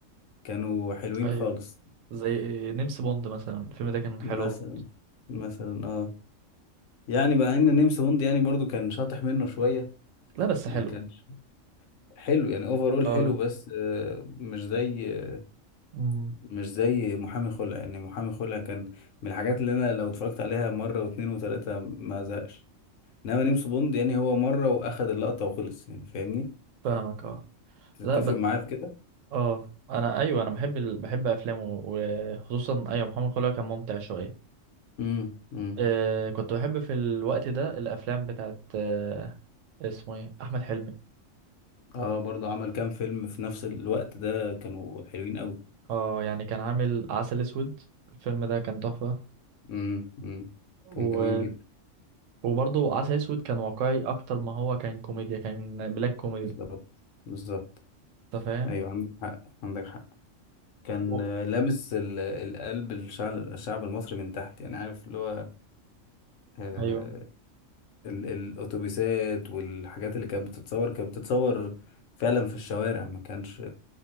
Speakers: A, on the left; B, on the right.
A: كانوا حلوين
B: ايوه
A: خالص
B: زي نمس بوند مثلا الفيلم ده كان
A: مثلا
B: حلو برضه.
A: مثلا اه يعني بقى ان نيمس بوند يعني برضو كان شاطح منه شوية
B: لا بس
A: ما
B: حلو
A: كانش حلو يعني اوفرول
B: اه
A: حلو بس آه، مش زي آه،
B: مم.
A: مش زي محامي خلع يعني محامي خلع كان من الحاجات اللي انا لو اتفرجت عليها مرة واتنين وتلاتة ما ازهقش انما نيمس بوند يعني هو مرة واخد اللقطة وخلص يعني فاهمني
B: فاهمك اه
A: تتفق
B: لا بس
A: معايا في كده
B: اه انا ايوه انا بحب ال... بحب افلامه وخصوصا ايوه محمد خليل كان ممتع شويه
A: امم امم
B: آه كنت بحب في الوقت ده الافلام بتاعت آه اسمه ايه احمد حلمي
A: اه برضو عمل كام فيلم في نفس الوقت ده كانوا حلوين قوي
B: اه يعني كان عامل عسل اسود الفيلم ده كان تحفه
A: امم امم
B: و...
A: كان جميل جدا
B: وبرضه عسل اسود كان واقعي اكتر ما هو كان كوميديا كان بلاك كوميدي
A: بالظبط بالظبط
B: انت فاهم
A: ايوه عندك حق عندك حق كان
B: و...
A: آه، لامس ال- القلب الشعب الشعب المصري من تحت يعني عارف اللي هو آه،
B: ايوه
A: ال- الاتوبيسات والحاجات اللي كانت بتتصور كانت بتتصور فعلا في الشوارع ما كانش